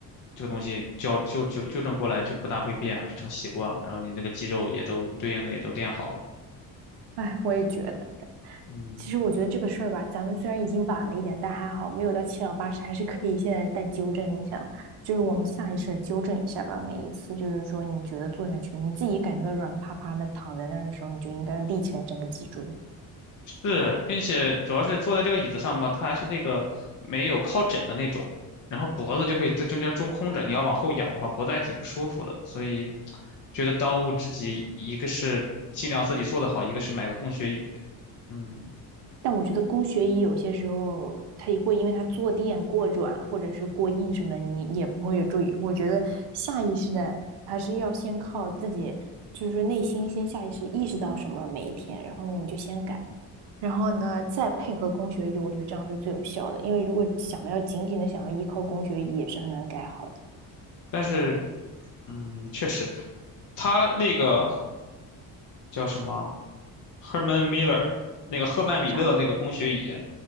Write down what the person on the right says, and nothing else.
哎，我也觉得。
其实我觉得这个事儿吧，咱们虽然已经晚了一点，但还好没有到七老八十，还是可以现在再纠正一下，就是我们下意识地纠正一下吧。每一次就是说你觉得坐下去，你自己感觉到软趴趴的躺在那儿的时候，你就应该立起来整个脊椎。
但我觉得工学椅有些时候它也会因为它坐垫过软或者是过硬什么的，你也不会有注意。我觉得下意识的还是要先靠自己，就是内心先下意识意识到什么每一天，然后呢你就先改。然后呢，再配合供学医，我觉得这样是最有效的。因为如果想要紧紧的想要依靠供学医，也是很难改好的。
啥？